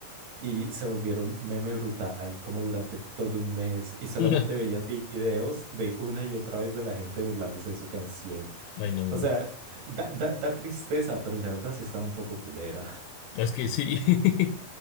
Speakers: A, on the right; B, on the left.
A: Y se volvieron meme brutal como durante todo un mes y solamente
B: <laughs>
A: veías vi- videos de una y otra vez de la gente burlándose de su canción.
B: Ay, no.
A: O sea, da, da, da tristeza, pero la verdad sí estaba un poco culera.
B: Es que sí, <laughs>